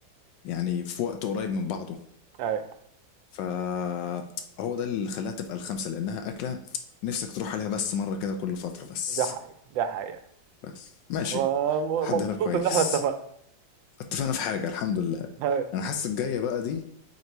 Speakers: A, on the left; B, on the right.
A: يعني في وقت قريب من بعضه
B: ايوه
A: فهو ده اللي خلاها تبقى الخمسة لانها اكلة نفسك تروح عليها بس مرة كده كل فترة بس
B: ده حقيقي ده حقيقي
A: بس ماشي
B: أنا م-
A: لحد
B: مبسوط
A: هنا كويس
B: ان احنا اتفقنا
A: اتفقنا في حاجة الحمد لله
B: <laughs>
A: انا حاسس الجاية بقى دي